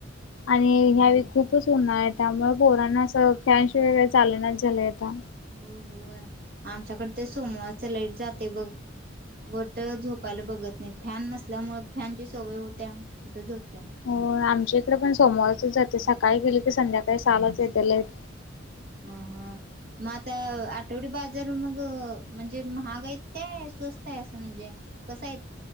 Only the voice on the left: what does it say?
आणि ह्यावी खूपच उन आहेत. त्यामुळे पोरांना असं फॅनश वगैरे चालनाच झालंय आता.
हो आमच्या इकडे पण सोमवारच जाते स काय केेलं की संध्याकाळी सहालाच येते लाइट.